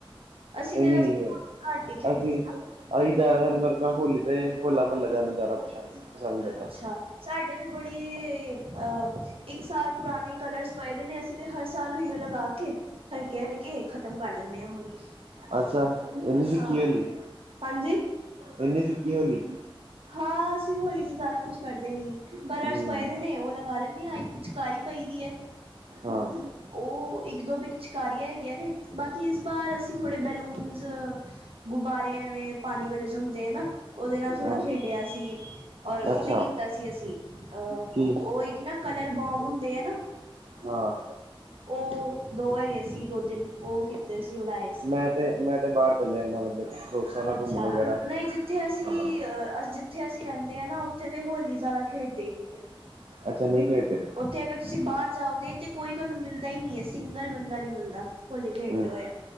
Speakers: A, on the right; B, on the right.
A: ਅਸੀਂ
B: ਇਹਨੀ
A: ਤੇ ਵੈਸੇ
B: ਨੀ ਫੇਰ
A: ਹੋਲੀ ਘੱਟ ਹੀ ਖੇਡਦੇ
B: ਅਸੀਂ
A: ਹਾਂ।
B: ਅਸੀ ਜਾ ਮੈਂ ਹੋਲੀ ਤੇ ਹੋਲਾ-ਮਹੱਲਾ ਜਾਣਾ ਜ਼ਿਆਦਾ ਪਸੰਦ ਪਸੰਦ ਕਰਦਾ
A: ਅੱਛਾ, ਸਾਡੇ ਤੇ ਬੜੇ, ਅਹ ਇੱਕ ਸਾਲ ਪੁਰਾਣੇ ਕਲਰਸ ਪਏਦੇ ਨੇ ਅਸੀਂ ਤੇ ਹਰ ਸਾਲ ਉਹੀ ਉਹ ਲਗਾ ਕੇ ਹਲਕੇ-ਹਲਕੇ ਖ਼ਤਮ ਕਰ ਦਿੰਦੇ ਆ ਹੋਲੀ
B: ਅੱਛਾ, ਇਹਨੀ ਫਿੱਕੀ
A: ਹਾਂ
B: ਹੋਲੀ,
A: ਹਾਂਜੀ
B: ਇਹਨੀ ਫਿੱਕੀ ਹੋਲੀ
A: ਹਾਂ, ਅਸੀਂ ਹੋਲੀ ਤੋਂ ਜ਼ਿਆਦਾ ਕੁੱਛ ਕਰਦੇ ਨੀ ਕਲਰਸ
B: ਹਮ
A: ਪਏਦੇ ਨੇ ਉਹ ਲਗਾ ਲੈਂਣੇ ਆ ਇੱਕ ਪਿਚਕਾਰੀ ਪਈ ਦੀ ਐ
B: ਹਾਂ।
A: ਉਹ ਇੱਕ-ਦੋ ਪਿਕਚਕਾਰੀਆਂ ਹੈਗੀਆਂ ਨੇ ਬਾਕੀ ਇਸ ਬਾਰ ਅਸੀਂ ਥੋੜੇ ਬੈਲੂਨਜ ਗੁਬਾਰੇ ਐਵੇਂ ਪਾਣੀ ਵੇਲੇ ਜੋ ਹੁੰਦੇ ਐ ਨਾ ਉਹਦੇ ਨਾਲ ਥੋੜਾ
B: ਹਾਂ
A: ਗਿਆ ਆ ਸੀ ਔਰ ਉਹ
B: ਅੱਛਾ
A: ਵੀ ਕੀਤਾ ਸੀ, ਅਸੀਂ ਅਹ
B: ਕੀ
A: ਉਹ ਇੱਕ ਨਾ ਕਲਰ ਬੋਮ ਹੁੰਦੇ ਆ ਨਾ
B: ਹਾਂ।
A: ਉਹ ਦੋ ਹੈਗੇ ਸੀ ਦੋ-ਤਿੰਨ ਉਹ ਕੀਤੇ ਸੀ ਉਡਾਏ।
B: ਮੈਂ ਤੇ ਮੈਂ ਤੇ ਬਾਹਰ ਚੱਲਿਆ ਜਾਂਦਾ ਮਤਲਬ ਦੋਸਤਾਂ ਨਾਲ
A: ਅੱਛਾ,
B: ਘੁੰਮਣ ਵਗੈਰਾ
A: ਨਹੀਂ ਜਿੱਥੇ ਅਸੀਂ
B: ਹਾਂ
A: ਅਹ ਅ ਜੀ ਜਿੱਥੇ ਅਸੀਂ ਰਹਿੰਦੇ ਆ ਨਾ ਉੱਥੇ ਤੇ ਹੋਲੀ ਜ਼ਿਆਦਾ ਖੇਡੇ ਈ ਨਹੀਂ। ਹੈ
B: ਅੱਛਾ ਨਹੀਂ ਖੇਡਦੇ।
A: ਉੱਥੇ ਅਗਰ ਤੁਸੀਂ ਬਾਹਰ ਜਾਓਗੇ ਤੇ ਕੋਈ ਤੁਹਾਨੂੰ ਮਿਲਦਾ ਹੀ ਨਹੀ ਐ ਸਿੰਗਲ ਬੰਦਾ ਨਹੀ ਮਿਲਦਾ। ਹੋਲੀ ਖੇਡਦੇ
B: ਹਮ
A: ਹੋਇਆ,